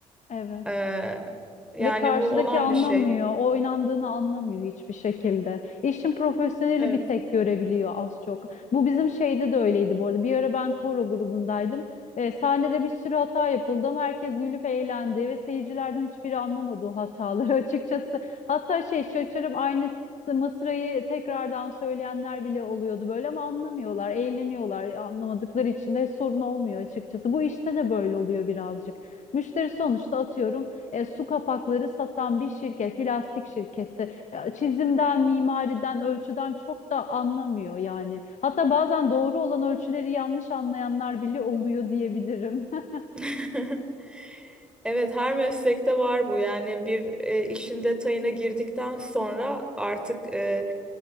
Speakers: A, on the left; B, in the centre.
A: Evet.
B: E, yani
A: Ve karşıdaki
B: bu olan
A: anlamıyor,
B: bir şey.
A: oynandığını anlamıyor hiçbir şekilde. İşin profesyoneli
B: Evet.
A: bir tek görebiliyor az çok. Bu bizim şeyde de öyleydi bu arada. Bir ara ben koro grubundaydım. E, sahnede bir sürü hata yapıldı ama herkes gülüp eğlendi ve seyircilerden hiçbiri anlamadı o hataları <laughs> açıkçası. Hatta şey şaşırıp aynı mısrayı tekrardan söyleyenler bile oluyordu böyle ama anlamıyorlar, eğleniyorlar. Anlamadıkları için de sorun olmuyor açıkçası. Bu işte de böyle oluyor birazcık. Müşteri sonuçta atıyorum e, su kapakları satan bir şirket, plastik şirketi. E, çizimden, mimariden, ölçüden çok da anlamıyor yani. Hatta bazen doğru olan ölçüleri yanlış anlayanlar bile oluyor diyebilirim. <laughs>
B: <laughs> Evet, her meslekte var bu. Yani bir e, işin detayına girdikten sonra artık e,